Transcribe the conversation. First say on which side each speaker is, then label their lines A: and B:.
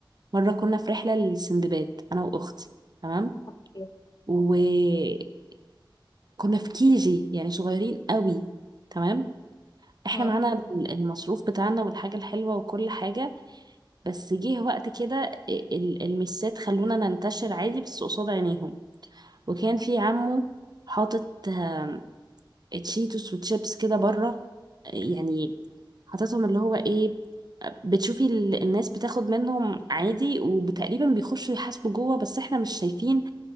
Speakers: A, on the right; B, on the left.
A: مرة كنا في رحلة للسندباد أنا وأختي تمام
B: أوكي.
A: وكنا في كيجي يعني صغيرين قوي تمام احنا
B: <laughs> مم.
A: معانا المصروف بتاعنا والحاجة الحلوة وكل حاجة بس جه وقت كده ال- المسات خلونا ننتشر عادي بس قصاد عينيهم وكان في عمه حاطط آم، تشيتوس وتشيبس كده بره يعني حاططهم اللي هو ايه بتشوفي ال- الناس بتاخد منهم عادي وتقريبا بيخشوا يحاسبوا جوه بس احنا مش شايفين